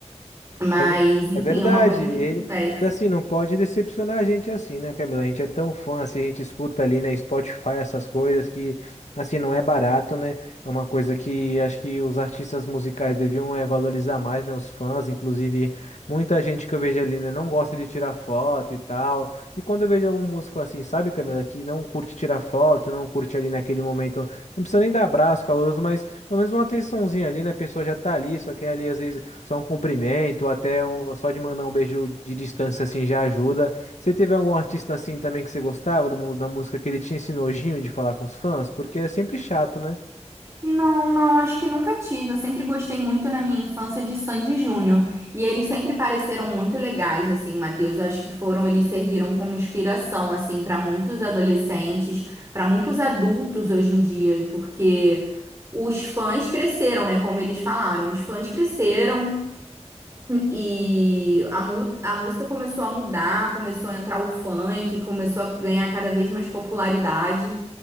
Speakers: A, on the right; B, on the left.
A: Mas,
B: É, ve-
A: enfim,
B: é verdade,
A: é uma coisa
B: ele,
A: que acontece.
B: mas assim, não pode decepcionar a gente assim, né, Camila? A gente é tão fã, assim, a gente escuta ali, né, Spotify, essas coisas que, assim, não é barato, né? É uma coisa que acho que os artistas musicais deviam é, valorizar mais, né, os fãs, inclusive muita gente que eu vejo ali, né, não gosta de tirar foto e tal. E quando eu vejo algum músico assim, sabe, Camila, que não curte tirar foto, não curte ali naquele momento, não precisa nem dar abraço caloroso, mas pelo menos uma atençãozinha ali, né? A pessoa já tá ali, só quer ali às vezes só um cumprimento, ou até um- só de mandar um beijo de distância assim já ajuda. Você teve algum artista assim também que você gostava do mundo da música que ele tinha esse nojinho de falar com os fãs? Porque é sempre chato, né?
A: Não, não, acho que nunca tive. Eu sempre gostei muito na minha infância de Sandy Júnior. E eles sempre pareceram muito legais, assim, Matheus. Eu acho que foram, eles serviram como inspiração, assim, para muitos adolescentes, para muitos adultos hoje em dia, porque os fãs cresceram, né? Como eles falaram, os fãs cresceram e a, mu- a música começou a mudar, começou a entrar o funk, começou a ganhar cada vez mais popularidade.